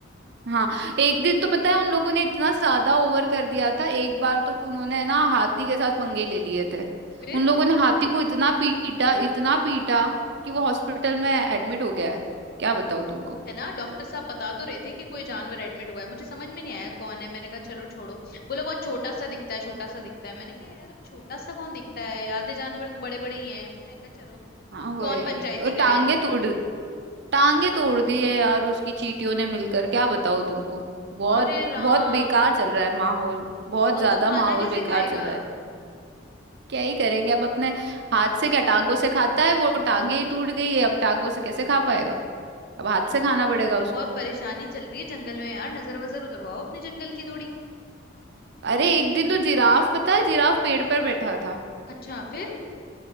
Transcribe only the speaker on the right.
हाँ एक दिन तो पता है उन लोगों ने इतना ज्यादा ओवर कर दिया था एक बार तो उन्होंने ना हाथी के साथ पंगे ले लिए थे
उन लोगों ने हाथी को इतना पीटा इतना पीटा कि वो हॉस्पिटल में एडमिट हो गया है क्या बताऊँ
हाँ वही
और टांगे
तोड़ टांगे तोड़ दी है यार उसकी चींटियों ने मिलकर क्या बताओ तुमको बहुत
बहुत बेकार चल रहा है माहौल बहुत
ज्यादा
माहौल
बेकार
चल रहा है क्या ही करेंगे अब अपने हाथ से क्या टांगों से खाता है वो टांगे ही टूट गई है अब टांगों से कैसे खा पाएगा अब हाथ
से खाना पड़ेगा उसको
अरे एक दिन तो जिराफ पता है जिराफ पेड़ पर बैठा था